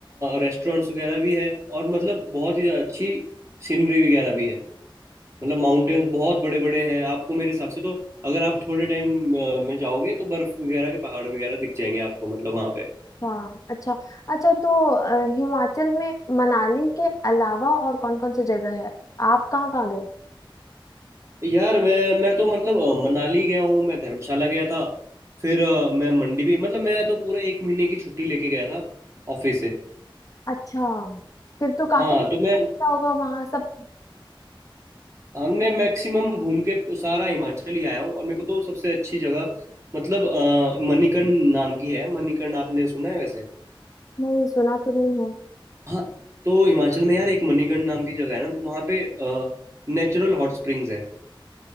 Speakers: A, on the right; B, on the left.
A: रेस्टोरेंट्स वगैरह भी है और मतलब बहुत ही अच्छी सीनरी वगैरह भी है मतलब माउंटेन्स बहुत बड़े बड़े हैं आपको मेरे हिसाब से तो अगर आप थोड़े टाइम में जाओगे तो बर्फ वगैरह के पहाड़ वगैरह दिख जाएंगे आपको मतलब वहाँ पे
B: अच्छा अच्छा अच्छा तो अ, हिमाचल में मनाली के अलावा और कौन कौन सी जगह है आप कहाँ कहाँ गए
A: यार मैं मैं तो मतलब अ, मनाली गया हूँ मैं धर्मशाला गया था फिर अ, मैं मंडी भी मतलब मैं तो पूरा एक महीने की छुट्टी लेके गया था ऑफिस से
B: अच्छा फिर तो काफी
A: हाँ
B: कुछ
A: तो
B: अच्छा
A: मैं
B: होगा वहां सब
A: हाँ, मैं मैक्सिमम घूम के सारा हिमाचल ही आया हूँ और मेरे को तो सबसे अच्छी जगह मतलब अ, मणिकर्ण नाम की है मणिकर्ण आपने सुना है वैसे
B: नहीं सुना तो नहीं है
A: हाँ तो हिमाचल में यार एक मणिकर्ण नाम की जगह है ना तो वहाँ पे नेचुरल हॉट स्प्रिंग्स है